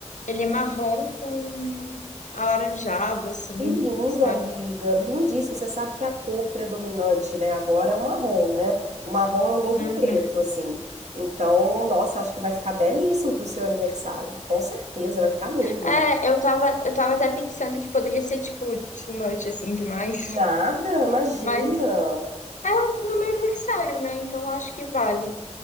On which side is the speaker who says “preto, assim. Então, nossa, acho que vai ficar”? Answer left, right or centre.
Right